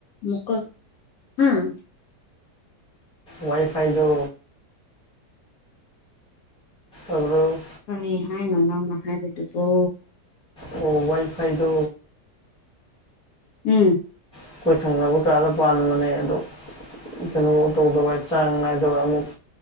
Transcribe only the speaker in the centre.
ꯋꯥꯏꯐꯥꯏꯗ ꯑꯗꯨ꯭ꯔ
ꯑꯣ ꯋꯥꯏ ꯐꯥꯏꯗ
ꯑꯩꯈꯣꯏ ꯊꯪꯅꯕ ꯀꯥꯗ ꯄꯥꯟꯕꯅꯦ ꯑꯗꯣ ꯀꯩꯅꯣ ꯇꯧꯗꯕ ꯆꯥꯡ ꯅꯥꯏꯗꯕ ꯑꯃꯨꯛ